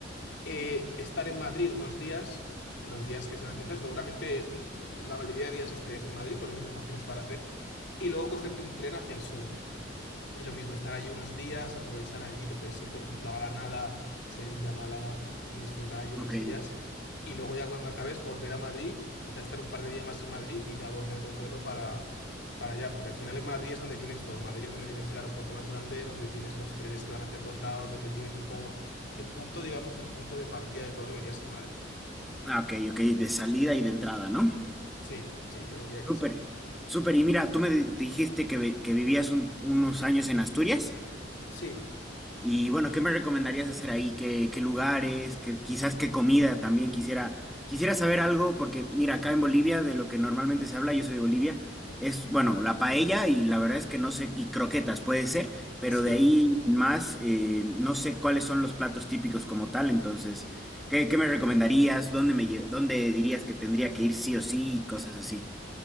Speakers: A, on the left; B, in the centre.
A: Eh, estar en Madrid unos días, los días que sea necesario, seguramente l- la mayoría de días estarías en Madrid, porque es donde más tienes para hacer y luego cogerte un tren hacia el sur. Y lo mismo, estar allí unos días, aprovechar allí, te puedes ir, por ejemplo, a Granada, Sevilla, Málaga y disfrutar allí unos
B: Ok.
A: días. Y luego ya cuando acabes, volver a Madrid, quizá estar un par de días más en Madrid y ya volver de vuelo para, para allá, porque al final en Madrid es donde tienes todo. Madrid es donde tienes el aeropuerto más grande, donde tienes los trenes que van hacia todos lados, donde tienes un poco el punto, digamos, el punto de partida de todo debería ser Madrid.
B: Ah, ok, ok, de salida y de entrada, ¿no?
A: Sí, sí, yo diría que
B: Súper,
A: sí.
B: súper. Y mira, tú me di- dijiste que, vi- que vivías un- unos años en Asturias.
A: Sí,
B: Y bueno, ¿qué me recomendarías hacer ahí? ¿Qué, qué lugares? ¿Qué, quizás qué comida también quisiera, quisiera saber algo, porque mira, acá en Bolivia, de lo que normalmente se habla, yo soy de Bolivia, es, bueno, la paella y la verdad es que no sé, y croquetas puede ser, pero
A: <laughs>
B: de ahí
A: sí.
B: en más, eh, no sé cuáles son los platos típicos como tal, entonces, ¿qué, qué me recomendarías? ¿Dónde me, lle- dónde dirías que tendría que ir sí o sí y cosas así?